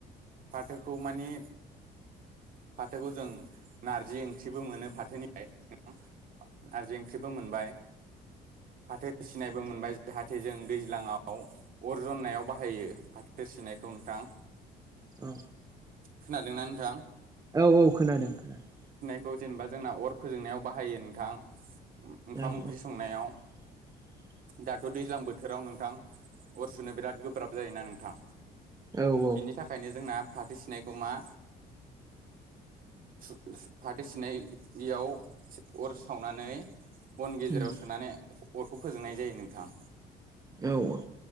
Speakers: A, on the right; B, on the right.
A: फाथो खौ माने फाथोखौ जों नारजि ओंख्रिबो मोनो फाथोनिफ्राय नोंथां नारजि ओंख्रिबो मोनबाय फाथो सिनायबो मोनबाय जाहाथे जों दैज्लांङाव अरजन्नायाव बाहायो फा दोसोनायखौ नोंथां
B: औ औ
A: खोनादोंना नोंथां?
B: औ-औ खोनादों-खोनादों।
A: खौ जेनेबा जोंना अर फोजोंनायाव बाहायो नोंथां उम ओंखाम-ओंख्रि
B: औ
A: संनायाव
B: <unintelligible>
A: दाथ' दैज्लां बोथोराव नोंथां अर सुनो बिराद गोब्राब जायोना नोंथां।
B: औ औ
A: बिनि थाखायनो जोंना फाथै सिनायखौ मा सु-सु फाथो सिनाय याव अर सावनानै बन गेजेराव
B: उम
A: सोनानै अरखौ फोजोंनाय जायो नोंथां।
B: औ-औ